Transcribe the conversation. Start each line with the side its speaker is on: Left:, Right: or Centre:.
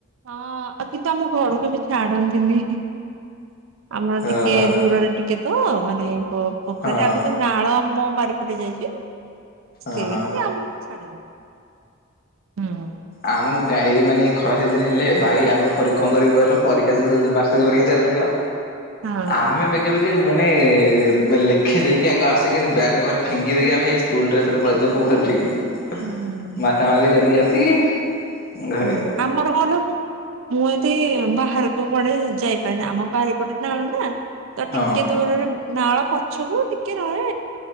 Right: ହଁ କିନ୍ତୁ ଆମ ଘର କେବି ଛାଡନ୍ତିନି। ଆମର ଟିକେ
Left: ଓହୋ
Right: ଦୂରରେ ଟିକେ ତ, ମାନେ ପୋଖରୀ
Left: ହଁ
Right: ଟ ଆଗ ଦ ନାଳ ଆମ ବାରିପଟେ ଯାଇଛି, ସେଇଠି
Left: ଓହୋ
Right: ଆମ ଛାଡ଼ନ୍ତୀ। ହୁଁ।
Left: ଆମ ଗାଈ ମାନେ ଇ ଖରା ସିଜିନ ହେଲେ ଭାଇ ଆମେ କଣ କରିବୁକହିଲ? ପରୀକ୍ଷା ଯୋଉ ବା <unintelligible> ଚାଲିଥିବ,
Right: ହଁ।
Left: ଆମେ ବି କେବେ କି ମାନେ ଲେଖି ଦେଇକି ଆଗ ଆସିକି ନି ବ୍ୟାଗ୍ ଘରେ ଫିଙ୍ଗି ଦେଇକି ଆମେ ହେଇ ସ୍କୁଲ ଡ୍ରେସ ରେ ପଳେଇଥିବୁ ପୋଖରୀଠିକି,
Right: ହୁଁ
Left: ମାତା ମାତି କରିକି ଆସିକି ଘରେ
Right: ହୁଁ ଆମର ଗଲୁ ମୁଁ ଏମିତି ବାହାରକୁ କୁଆଡେ ଯାଇପାରେନି, ଆମ ବାରିପଟେ ନାଳ ନା। ତ ଟିକେ
Left: ହଁ
Right: ଦୂରରେ ନାଳ ପଛକୁ ଟିକେ ରହେ,